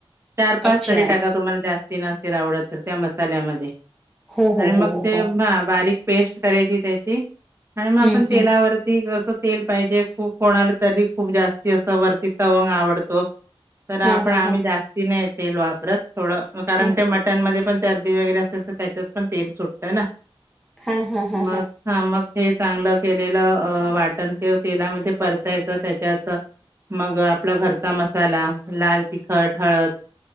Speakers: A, on the right; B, in the centre.
A: चार पाच
B: अच्छा
A: तरी टाका तुम्हाला जास्त आवड त्या मल्यामध्ये
B: हो हो
A: आणि मग
B: हो हो हो
A: ब पेस्ट करायची त्याची आणि मग
B: हम्म
A: आपण तेलावरती
B: हम्म
A: कस तेल पाहिजे खूप कोणाला तरी खूप जास्ती असं वरती तवंग आवडतो तर आपण
B: हा हा
A: आम्ही
B: हा
A: जास्ती नाही तेल वापरत थोडं कारण
B: हा.
A: ते मटनमध्ये पण चरबी वगैरे असेल तर त्याच्यात पण तेल सुटत ना.
B: हा हा हा
A: मग हा मग हे चांगलं केलेल वाटण ते तेला म पर त्याच्यात मग आपला घरचा मसाला लाल, तिखट, हळद